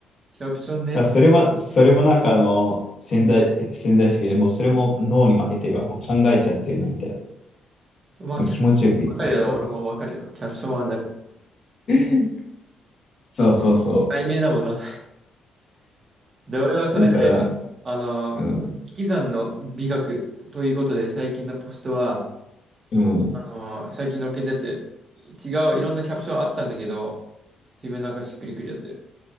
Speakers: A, on the right; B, on the left.
A: キャプションね。
B: だからそれも、それもなんかあの、潜在、潜在意識でもうそれも脳に負けてるわ。もう考えちゃってるな、みたい
A: まあ、
B: な。
A: キャ
B: 気持ちよく言ってない、
A: わかるよな、
B: みたいな。
A: 俺もわかるよ。キャプションは大
B: <laughs> そうそうそ
A: 題名だもんな。で、俺はそれで、
B: う。だから、
A: あのー、
B: うん、
A: 引き算の美学ということで、最近のポストは、
B: うん、
A: あのー、最近のっけたやつ、違う、いろんなキャプションあったんだけど、自分なんかしっくりくるやつ。